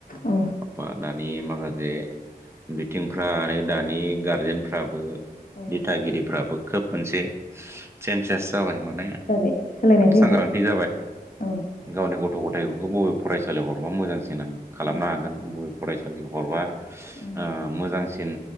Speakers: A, on the left (about 60°); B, on the right (about 15°).
A: औ
B: बा दानि माखासे बिथिंफ्रानो दानि गारजेनफ्राबो
A: औ
B: दिथागिरिफ्राबो खोब मोनसे चेन्जेस जाबाय माने
A: जाबाय सोलायनाय
B: खोब सांग्रांथि
A: फैबाय
B: जाबाय
A: औ
B: गावनि ग'थ गथायफोरखौ बबे फरायसालियाव हरबा मोजांसिन देनां खालामनो
A: मोजां
B: हागोन बबे फरायसालियाव हरबा
A: उम
B: ओ मोजांसिन